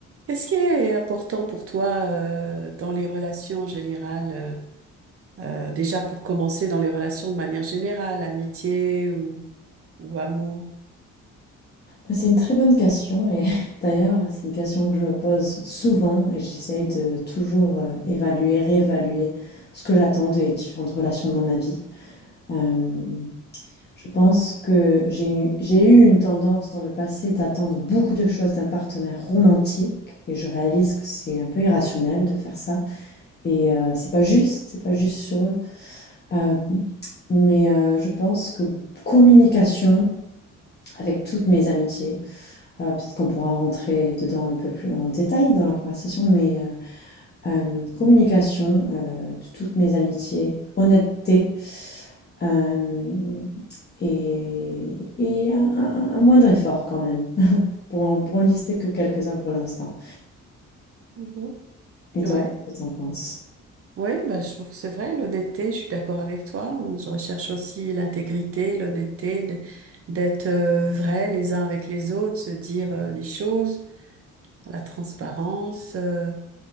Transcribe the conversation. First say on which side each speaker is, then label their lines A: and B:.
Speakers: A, on the right (about 50°); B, on the left (about 35°).
A: Qu'est-ce qui est important pour toi euh, dans les relations en général euh, euh, déjà pour commencer dans les relations de manière générale, amitié ou, ou amour?
B: Bah, C'est une très bonne question et <laughs> d'ailleurs c'est une question que je me pose souvent et j'essaye de toujours euh, évaluer, réévaluer ce que j'attends des différentes relations dans ma vie. Euh, je pense que j'ai eu j'ai eu une tendance dans le passé d'attendre beaucoup de choses d'un partenaire romantique et je réalise que c'est un peu irrationnel de faire ça et euh, c'est pas juste, c'est pas juste sur eux. Euh, mais euh, je pense que communication avec toutes mes amitiés. Euh, peut-être qu'on pourra rentrer dedans un peu plus en détail dans la conversation, mais euh, euh, communication euh, de toutes mes amitiés, honnêteté euh, et, et un, un- un moindre effort quand même, <laughs> pour, en- pour en lister que quelques-uns pour l'instant.
A: Mhm.
B: Et
A: Ouais,
B: toi, qu'est-ce que t'en penses?
A: oui, bah, je trouve que c'est vrai, l'honnêteté, je suis d'accord avec toi. Je recherche aussi l'intégrité, l'honnêteté, de- d'être euh, vrai les uns avec les autres, se dire euh, les choses, la transparence. euh,